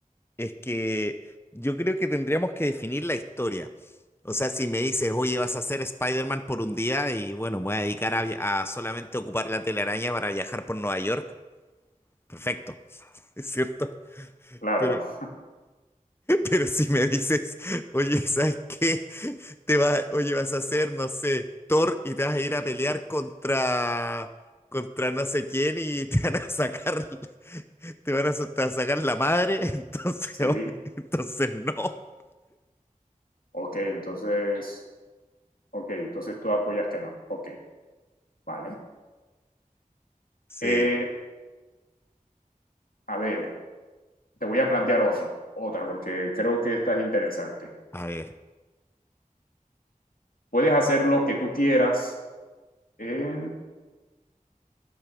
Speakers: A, on the left; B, on the left.
A: Es que yo creo que tendríamos que definir la historia. O sea, si me dices, oye, vas a ser Spider-Man por un día y bueno, me voy a dedicar a, via- a solamente ocupar la telaraña para viajar por Nueva York, perfecto, <laughs> es cierto.
B: Claro,
A: Pero
B: <laughs>
A: Pero si me dices, oye, ¿sabes qué? Te va, oye, vas a hacer, no sé, Thor y te vas a ir a pelear contra, contra no sé quién y <laughs> te van a sacar, te van a, sa- te va a sacar la madre, <laughs> entonces,
B: sí,
A: oh, entonces no.
B: ok, entonces, ok, entonces tú apoyas que no, ok, vale.
A: Sí,
B: Eh, a ver, te voy a plantear otra, otra, porque creo que esta es interesante.
A: a ver,
B: puedes hacer lo que tú quieras en,